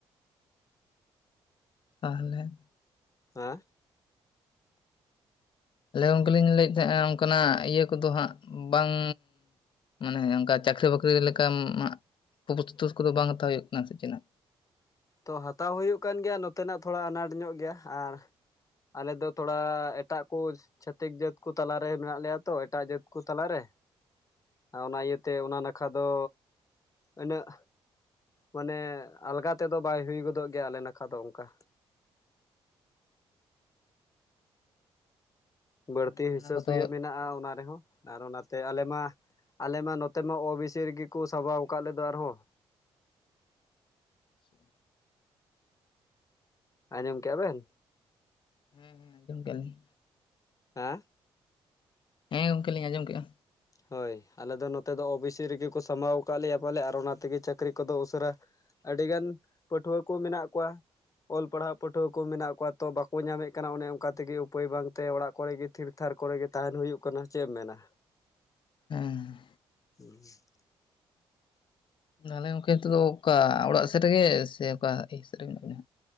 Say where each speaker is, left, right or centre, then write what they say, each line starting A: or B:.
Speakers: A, on the left; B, on the left.
A: ᱛᱟᱦᱞᱮᱼᱼ
B: ᱦᱟ <inaudible>
A: ᱞᱮ ᱜᱚᱝᱠᱮ ᱞᱤᱧ ᱞᱟᱹᱭᱮᱫ ᱛᱟᱦᱮᱸᱱᱟ ᱚᱱᱠᱟᱱᱟᱜ ᱤᱭᱟᱹ ᱠᱚᱫᱚ ᱦᱟᱸᱜ ᱵᱟᱝᱼᱼ ᱢᱟᱱᱮ ᱚᱱᱠᱟ ᱪᱟᱹᱠᱨᱤ ᱵᱟᱹᱠᱨᱤ ᱞᱮᱠᱟ ᱯᱨᱚᱥᱛᱩᱥ ᱠᱚᱫᱚ ᱵᱟᱝ ᱦᱟᱛᱟᱣ ᱦᱩᱭᱩᱜ ᱠᱟᱱᱟ ᱥᱮ ᱪᱮᱫ ᱱᱟᱜᱼᱼ
B: ᱛᱚ ᱦᱟᱛᱟᱣ ᱦᱩᱭᱩᱜ ᱠᱟᱱ ᱜᱮᱭᱟ ᱱᱚᱛᱮᱱᱟᱜ ᱛᱷᱚᱲᱟ ᱟᱱᱟᱴ ᱧᱚᱜ ᱜᱮᱭᱟ ᱟᱨᱼᱼ ᱟᱞᱮᱫᱚ ᱛᱷᱚᱲᱟ ᱮᱴᱟᱜ ᱠᱳᱥᱼᱼ ᱪᱷᱟᱹᱛᱤᱠ ᱡᱟᱹᱛ ᱠᱚ ᱛᱟᱞᱟᱨᱮ ᱢᱮᱱᱟᱜ ᱞᱮᱭᱟ ᱛᱚ ᱮᱴᱟᱜ ᱡᱟᱹᱛ ᱠᱩ ᱛᱟᱞᱟᱨᱮᱼᱼ ᱟᱨ ᱚᱱᱟ ᱤᱭᱟᱹᱛᱮ ᱚᱱᱟ ᱱᱟᱠᱷᱟ ᱫᱚ ᱟᱹᱱᱟᱹᱜᱼᱼ ᱢᱟᱱᱮ ᱟᱞᱜᱟ ᱛᱮᱫᱚ ᱵᱟᱭ ᱦᱩᱭ ᱜᱚᱫᱚᱜ ᱜᱮᱭᱟ ᱟᱞᱮ ᱱᱟᱠᱷᱟ ᱫᱚ ᱚᱱᱠᱟ ᱵᱟᱹᱲᱛᱤ
A: ᱦᱮᱸ
B: ᱦᱤᱥᱟᱹ
A: ᱚᱱᱟ ᱠᱚᱫᱚ
B: ᱥᱩᱭᱟᱹ ᱢᱮᱱᱟᱜᱼᱟ ᱚᱱᱟ ᱨᱮᱦᱚᱸ᱾ ᱟᱨ ᱚᱱᱟᱛᱮ ᱟᱞᱮ ᱢᱟ ᱟᱞᱮ ᱢᱟ ᱱᱚᱛᱮ ᱢᱟ ᱳ ᱵᱤ ᱥᱤ ᱨᱮᱜᱮ ᱠᱚ ᱥᱟᱵᱟᱣ ᱟᱠᱟᱫ ᱞᱮ ᱫᱚ ᱟᱨᱦᱚᱸ᱾
A: ᱟᱪ ᱥᱮ <inaudible>
B: ᱟᱸᱡᱚᱢ ᱠᱮᱜ-ᱟ ᱵᱮᱱ᱾
A: ᱦᱮᱸ ᱦᱮᱸ ᱡᱚᱢ ᱠᱮᱜ-ᱟ ᱞᱤᱧ᱾
B: ᱦᱟᱼᱼ
A: ᱦᱮᱸ ᱜᱚᱢᱠᱮ ᱞᱤᱧ ᱟᱸᱡᱚᱢ ᱠᱮᱫᱼᱟ᱾
B: ᱦᱳᱭ ᱟᱞᱮ ᱫᱚ ᱱᱚᱛᱮ ᱫᱚ ᱳ ᱵᱤ ᱥᱤ ᱨᱮᱜᱮ ᱠᱚ ᱥᱟᱢᱵᱟᱣ ᱟᱠᱟᱫ ᱞᱮᱭᱟ ᱯᱟᱞᱮ, ᱟᱨ ᱚᱱᱟ ᱛᱮᱜᱮ ᱪᱟᱹᱠᱨᱤ ᱠᱚᱫᱚ ᱩᱥᱟᱹᱨᱟ ᱟᱹᱰᱤ ᱜᱟᱱ ᱯᱟᱹᱴᱷᱩᱣᱟᱹ ᱠᱚ ᱢᱮᱱᱟᱜ ᱠᱚᱣᱟ᱾ ᱚᱞ ᱯᱟᱲᱦᱟᱣ ᱯᱟᱹᱴᱷᱩᱣᱟᱹ ᱠᱚ ᱢᱮᱱᱟᱜ ᱠᱚᱣᱟ ᱛᱚ, ᱵᱟᱠᱚ ᱧᱟᱢᱮᱫ ᱠᱟᱱᱟ ᱚᱱᱮ ᱚᱱᱠᱟ ᱛᱮᱜᱮ ᱩᱯᱟᱹᱭ ᱵᱟᱝᱛᱮ ᱚᱲᱟᱜ ᱠᱚᱨᱮ ᱜᱮ ᱛᱷᱤᱨ ᱛᱷᱟᱨ ᱠᱚᱨᱮ ᱜᱮ ᱛᱟᱦᱮᱱ ᱦᱩᱭᱩᱜ ᱠᱟᱱᱟ ᱪᱮᱫ ᱮᱢ ᱢᱮᱱᱟ᱾
A: ᱦᱮᱸ᱾
B: ᱦᱩᱸ <inaudible>
A: ᱛᱟᱦᱞᱮ ᱜᱚᱢᱠᱮ ᱱᱤᱛᱚᱜ ᱫᱚ ᱚᱠᱟ ᱚᱲᱟᱜ ᱥᱮᱫ ᱨᱮᱜᱮ, ᱥᱮ ᱚᱠᱟ ᱤᱭᱟᱹ ᱥᱮᱫ ᱨᱮ ᱢᱮᱱᱟᱜ ᱵᱮᱱᱟ?